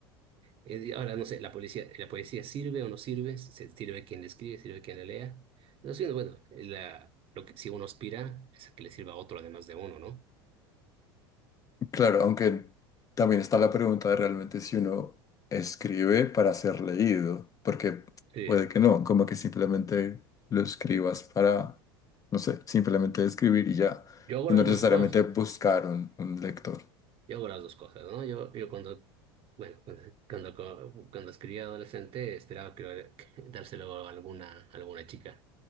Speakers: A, on the right; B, on the left.
A: Eh, Ahora, no sé, la policía, la poesía sirve o no sirve, se- sirve quien la escribe, sirve quien la lea. No sé, bueno, la, lo que, si uno aspira es a que le sirva a otro además de uno, ¿no?
B: Claro, aunque también está la pregunta de realmente si uno escribe para ser leído, porque
A: Sí.
B: puede que no, como que simplemente lo escribas para, no sé, simplemente escribir y ya,
A: Yo hago
B: y
A: las
B: no necesariamente
A: dos cosas,
B: buscar un, un lector.
A: yo hago las dos cosas, ¿no? Yo, yo cuando, bueno, cuando, cuando, co- cuando escribía adolescente esperaba que, lo- que <laughs> dárselo a alguna, a alguna chica